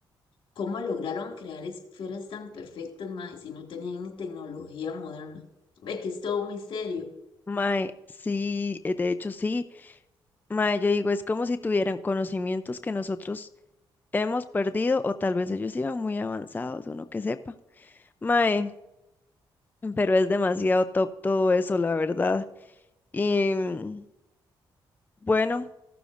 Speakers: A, on the left; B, on the left.
A: ¿Cómo lograron crear esferas tan perfectas, mae, si no tenían ni tecnología moderna? Ve que es todo un misterio.
B: Mae, sí, eh, de hecho sí. Mae, yo digo, es como si tuvieran conocimientos que nosotros hemos perdido o tal vez ellos iban muy avanzados, uno que sepa. Mae, pero es demasiado top todo eso, la verdad. Y mm, bueno,